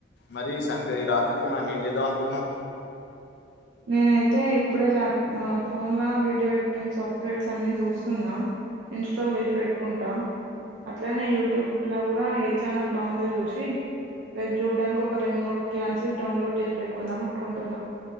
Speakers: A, on the left; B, on the right.
A: మరి సంకరి ఈ రాత్రికి మనం ఏం చేద్దాం అనుకున్నాం
B: నేనైతే ఇప్పుడే ల్యాప్ ఫోన్లో వీడియో ఎడిటింగ్ సాఫ్ట్వేర్స్ అన్ని చూస్తున్నా ఇన్స్టాల్ చేసి పెట్టుకుంటా అట్లనే యూట్యూబ్ లో కూడా ఏ ఛానల్ బాగుందో జూషి రేపు చూడడానికి ఒక రెండు మూడు క్లాసెస్ డౌన్లోడ్ చేసి పెట్టుకుందాం అనుకుంటున్నా